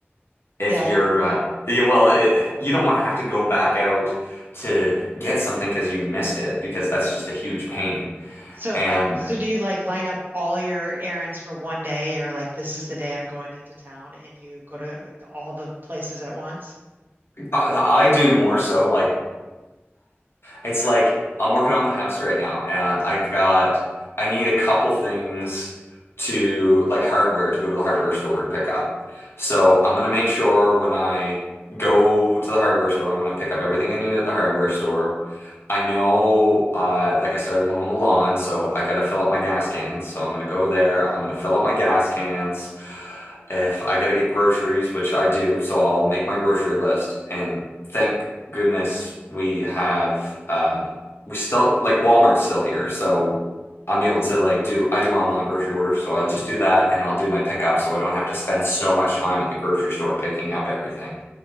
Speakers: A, on the left; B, on the right.
A: if
B: Yeah, I've
A: you're uh, yeah, well, it, you don't want to have to go back out to get something because you missed it because that's just a huge pain.
B: So,
A: And
B: so do you like line up all your errands for one day or like this is the day I'm going into town and you go to all the places at once?
A: I I do more so like It's like I'm working on the house right now, and I've got I need a couple things to like hardware to go to the hardware store and pick up. So I'm gonna make sure when I go to the hardware store, I'm gonna pick up everything I need at the hardware store. I know, uh, like I started mowing the lawn, so I gotta fill up my gas cans. So I'm gonna go there. I'm gonna fill up my gas cans. If I gotta get groceries, which I do, so I'll make my grocery list. And thank goodness we have, uh, we still like Walmart's still here, so I'm able to like do I do online grocery orders, so I just do that and I'll do my pickup, so I don't have to spend so much time at the grocery store picking up everything.